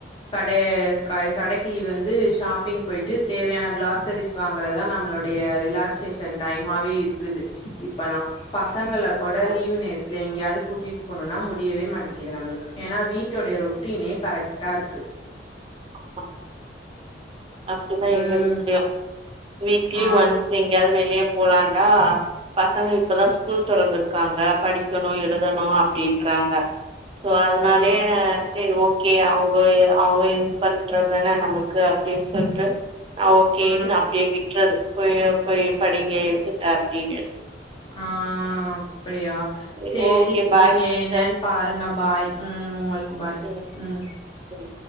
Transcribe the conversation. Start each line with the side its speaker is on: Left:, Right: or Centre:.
Left: கட கடைக்கு வந்து ஷாப்பிங் போயிட்டு தேவையான கிளாஸரிஸ் வாங்கறதா நம்மளுடைய ரிலாக்சேஷன் டைமாவே இருக்குது இப்பல்லா பசங்கள கோட
Right: ஆமா
Left: லீவ் நேத்துல எங்கியாது கூட்டிட்டு போணுனா முடியவே மாட்டேக்கிது நம்மளுக்கு ஏன்னா வீட்டோடைய ரொட்டினே கரெக்ட்டா இருக்கு
Right: ஆமா அப்டிதா
Left: ம்
Right: எங்க வீட்லயு வீக்லி
Left: ஆ
Right: ஒன்ஸ் எங்கயாவது வெளிய போலான்டா பசங்க இப்பதா ஸ்கூல் தொறந்துருக்காங்க படிக்கனு எழுதனு அப் டின்றாங்க சோ அதனாலயே
Left: ஆ
Right: செரி ஓகே அவுங்க அவுங்க இது பண்றதானே நமக்கு அப்டின் சொல்ட்டு அ ஓகேன்னு
Left: ஆ
Right: அப்டியே விட்றது போய் போய் படிங்க எழுதுங்க அப்டின்னு
Left: ஆ அப்படியா
Right: சரி
Left: சேரி
Right: ஓகே பாய்
Left: நீங்க
Right: சிஸ்டர்
Left: என்னன் பாருங்க பாய் ம் உங்களுக்கு பாய்
Right: ம்
Left: ம்
Right: ம்